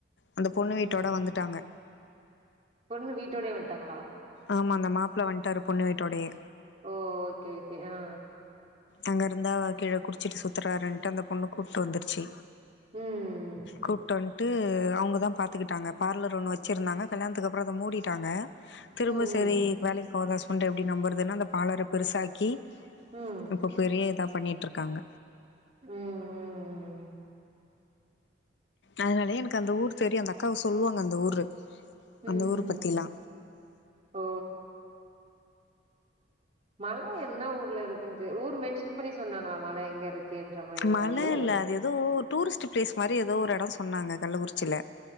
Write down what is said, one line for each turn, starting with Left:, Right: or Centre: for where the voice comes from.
Left: அந்த பொண்ணு
Right: ம்
Left: வீட்டோட வந்துட்டாங்க
Right: பொண்ணு வீட்டோடயே வந்ட்டாங்ளா
Left: ஆமா அந்த மாப்ல வந்ட்டாரு பொண்ணு வீட்டோடயே
Right: ஓ ஓகே ஓகே ஆ
Left: அங்க இருந்தா கீழே குடிச்சிட்டு சுத்துறாருன்ட்டு அந்த பொண்ணு கூப்ட்டு வந்துருச்சு
Right: ம்
Left: கூட்டு வந் ட்டு அவுங்க தா பாத்துக்கிட்டாங்க பார்லர் ஒன்னு வெச்சுருந்தாங்க கல்யாணத்துக்கு அப்றோ அத மூடிட்டாங்க திரும்ப
Right: ம் ம்
Left: சரி வேலைக்கு போவாத ஹஸ்பண்ட எப்டி நம்புறதுன் அந்த பார்லர பெருசாக்கி
Right: ம்
Left: இப்போ பெரிய இதா பண்ணிட்டிருக்காங்க
Right: ம் ம்
Left: அதனாலயே எனக்கு அந்த ஊர் தெரியு அந்த அக்காவு சொல்லுவாங்க அந்த ஊரு
Right: ம்
Left: அந்த ஊர் பத்திலா
Right: ம் ஓ மழை என்னா ஊர்ல இருக்குன்னு ஊர் மென்ஷன் பண்ணி சொன்னாங்ளா மழ எங்க இருக்குன்ற மாரி
Left: மல
Right: ஏதாவ்து
Left: இல்ல அது ஏதோ டூரிஸ்ட் பிளேஸ் மாரி ஏதோ ஒரு இடோ சொன்னாங்க கள்ளக்குறிச்சில